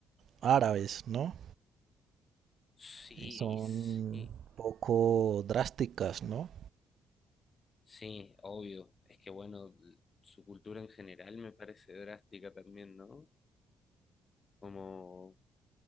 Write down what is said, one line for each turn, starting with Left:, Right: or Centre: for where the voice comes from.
Right: árabes, ¿no?
Left: Sí,
Right: Eh, Son
Left: sí,
Right: poco drásticas, ¿no?
Left: sí, obvio. Es que bueno, l- su cultura en general me parece drástica también, ¿no? Como,